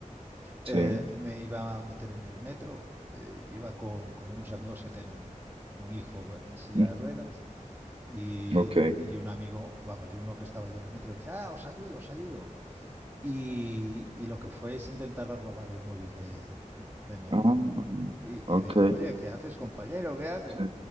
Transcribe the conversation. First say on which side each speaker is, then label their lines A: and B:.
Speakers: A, on the right; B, on the right.
A: eh,
B: Sí.
A: me iba a meter en el metro, eh, y iba con, con unos amigos que tienen un hijo en silla
B: Mm,
A: de ruedas y,
B: Ok.
A: y un amigo, vamos, y uno que estaba allí en el metro decía, ah, os ayudo, os ayudo. Y, y lo que fue es intentar robar el móvil de, de mi amigo.
B: Ah, mm,
A: Y,
B: ok.
A: y le digo, oye, ¿qué haces, compañero? ¿Qué haces?
B: Sí.